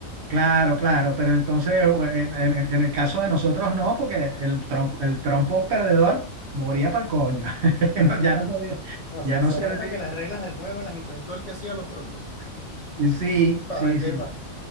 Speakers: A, on the right; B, on the left.
A: Claro, claro, pero entonces eh, en, en- en el caso de nosotros no, porque el, tron- el trompo perdedor moría para el coño. <laughs>
B: Claro,
A: No, ya
B: claro.
A: no servía,
B: No, se,
A: ya no
B: se
A: servía.
B: nota que las reglas del juego las inventó el que hacía los trompos,
A: Sí,
B: <laughs> para
A: sí,
B: vender
A: sí.
B: más.